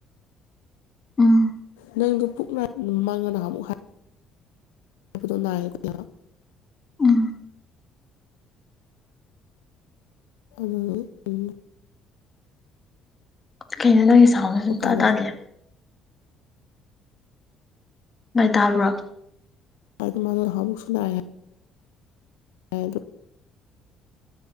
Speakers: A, on the left; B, on the left.
A: ꯎꯝ
B: ꯅꯪ ꯄꯨꯛꯅ ꯃꯥꯡꯉꯅ ꯑꯃꯨꯛ ꯍꯥꯏ ꯍꯥꯏꯕꯗꯣ ꯅꯥꯏꯌꯦ ꯑꯩꯈꯣꯏꯅ
A: ꯎꯝ
B: ꯑꯗꯨ ꯎ
A: ꯀꯩꯅꯩꯅꯅ
B: ꯑꯩꯈꯣꯏ ꯄꯥꯅꯁꯨ
A: ꯇꯗ ꯥꯏ ꯇꯥꯕ꯭ꯔꯣ
B: ꯍꯥꯏꯃꯥꯟꯅ ꯍꯥꯕꯨꯁꯅ ꯑ ꯑꯗꯨ